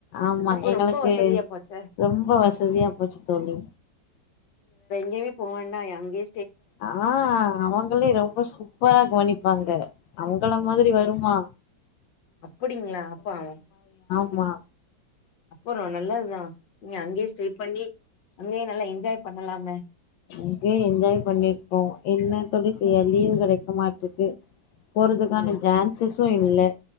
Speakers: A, on the left (about 85°); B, on the left (about 70°).
A: ஆமா
B: அப்ப
A: எங்களுக்கு
B: ரொம்ப வசதியா போச்சே
A: ரொம்ப வசதியா போச்சு தோழி
B: ங்கேமே போ வேண்டா எங்கயு
A: ஆ அவங்களு ரொம்ப சூப்பரா கவனிப்பாங்க அவுங்கள மாதிரி வருமா
B: அப்படிங்ளா அப்ப அவொ
A: வா
B: அப்பறோ நல்லதுதா நீ அங்கயே ஸ்டே பண்ணி அங்க நல்லா என்ஜாய் பண்ணலாமே
A: இங்கே என்ஜாய் பண்ணிருப்போ என்ன தொழி செய்ய லீவு கெடைக்க மாட்டெக்கு போறதுக்கான
B: அப்டிங்களா
A: ஜான்சேஸ் ஸு இல்ல